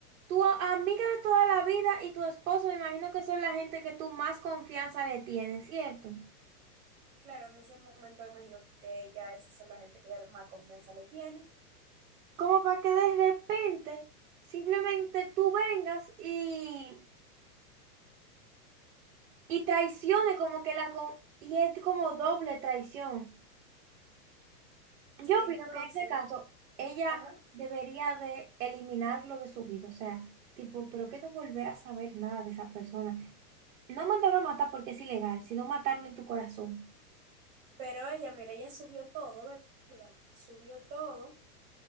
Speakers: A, on the right; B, on the right.
A: Tu a- amiga de toda la vida y tu esposo, me imagino que son la gente que tú más confianza le tienes, ¿cierto?
B: Claro, en ese momento imagino que ella, esas son la gente que ella más confianza le tiene.
A: Como para que de repente simplemente tú vengas y, y traiciones como que la... co- Y es como doble traición. Yo
B: Entonces,
A: opino que en este caso ella
B: ajá,
A: debería de eliminarlo de su vida. O sea, tipo, pero que no volver a saber nada de esa persona. No mandarlo a matar porque es ilegal, sino matarlo en tu corazón.
B: pero ella, mira, ella subió todo, ¿verdad? Subió todo